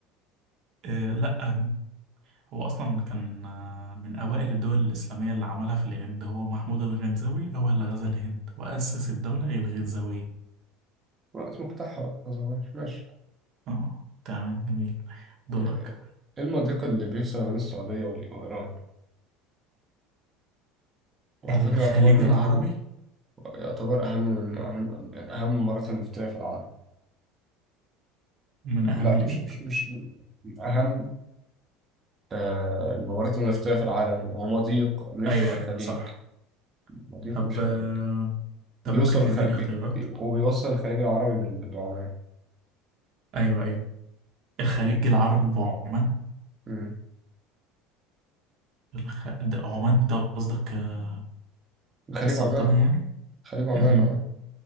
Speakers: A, on the right; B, on the right.
A: آه لا هو اصلا كان آه، من اوائل الدول الاسلاميه اللي عملها في الهند هو محمود الغنزاوي هو اللي غزا الهند واسس الدوله الغنزاويه
B: ما اسمه فتحها بقى ما ظهرهاش. ماشي
A: اه تمام جميل دورك
B: إيه المضيق اللي بيفصل ما بين السعودية وال- وإيران؟ وعلى
A: الخليج
B: فكرة يعتبر من
A: العربي
B: أهم يعتبر أهم من أهم من أهم الممرات النفطية في العالم
A: من اهم
B: لا
A: الايه
B: مش مش مش من أهم آه، الممرات النفطية في العالم وهو مضيق مش
A: ايوه ايوه
B: خليج
A: صح
B: مضيق
A: طب
B: مش خليج
A: آه، طب
B: بيوصل
A: ممكن تديني
B: الخ... بي...
A: اختيارات
B: بي- وبيوصل الخليج العربي بال- بعمان
A: ايوه ايوه الخليج العربي وعمان
B: مم.
A: الخ... ده عمان انت قصدك آه،
B: خليج
A: السلطنة
B: عمان
A: يعني
B: خليج عمان
A: مهم.
B: اه